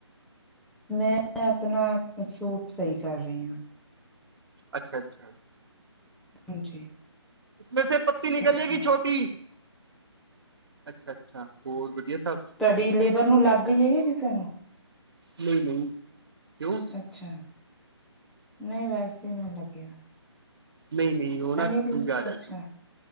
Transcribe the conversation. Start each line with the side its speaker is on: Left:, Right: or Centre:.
Centre: ਮੈਂ ਆਪਣਾ ਸੂਟ ਸਈ ਕਰ ਰਈ ਆਂ।
Right: ਅੱਛਾ- ਅੱਛਾ
Centre: ਹਾਂਜੀ।
Right: ਮੈ ਫੇਰ ਪੱਤੀ ਨਿਕਲ
Centre: ਠੀਕ ਹੈ
Right: ਜੇਗੀ ਛੋਟੀ ਅੱਛਾ-ਅੱਛਾ, ਹੋਰ ਵਦੀਆ ਸਬ?
Centre: ਬਈ ਲੇਬਰ ਨੂੰ ਲੱਗ ਗਈ ਐ ਯਾ ਕਿਸੇ ਨੂੰ?
Right: ਨਈਂ- ਨਈਂ, ਕਿਉਂ?
Centre: ਅੱਛਾ, ਨਈ ਵੈਸੇ ਮੈਂਨ ਲੱਗਿਆ।
Right: ਨਈ -ਨਈ, ਉ ਨਾ
Centre: ਅਨਿਲ
Right: ਸਮਝਾ ਰਿਹਾ
Centre: ਅੱਛਾ
Right: ਸੀ।